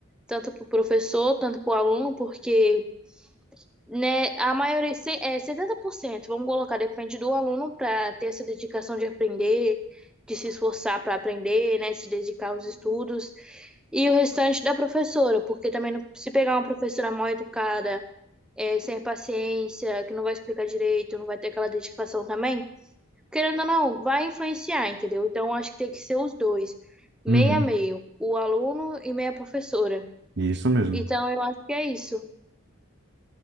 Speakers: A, in the centre; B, on the right.
A: Tanto para o professor, tanto para o aluno, porque. Né, a maioria, se- é 70% vamos colocar, depende do aluno para ter essa dedicação de aprender, de se esforçar para aprender, né, de se dedicar aos estudos, e o restante da professora, porque também não- se pegar uma professora mal educada, é, sem paciência, que não vai explicar direito, não vai ter aquela dedicação também, querendo ou não, vai influenciar, entendeu? Então acho que tem que ser os dois, meio
B: uhum.
A: a meio, o aluno e meia professora.
B: Isso mesmo.
A: Então eu acho que é isso.